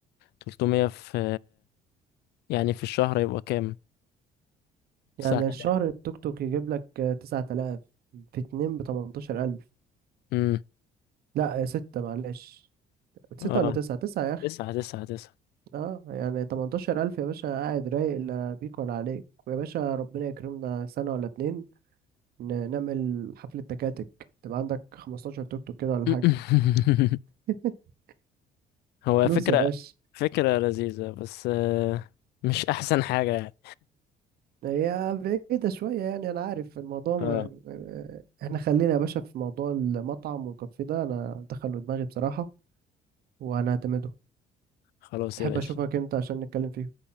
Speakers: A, on the left; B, on the right.
A: 300 في يعني في الشهر يبقى كام
B: يعني
A: 9000
B: الشهر التوك توك يجيب لك آه، 9000 في اتنين ب 18000
A: امم
B: لا آه، ستة معلش ستة
A: اه
B: ولا تسعة تسعة يا أخي
A: تسعة تسعة تسعة
B: اه يعني 18000 يا باشا قاعد رايق لا بيك ولا عليك ويا باشا ربنا يكرمنا سنة ولا اتنين ن- نعمل حفلة تكاتك تبقى عندك 15 توك توك كده ولا
A: <laughs>
B: حاجة <laughs>
A: هو
B: فلوس
A: فكرة
B: يا باشا
A: فكرة لذيذة بس آه، مش أحسن حاجة يعني
B: هي بعيدة شوية يعني أنا عارف الموضوع ما...
A: اه
B: ما- إحنا خلينا يا باشا في موضوع المطعم والكافيه ده أنا دخله دماغي بصراحة وأنا هعتمده
A: خلاص
B: تحب
A: يا باشا
B: أشوفك إمتى عشان نتكلم فيه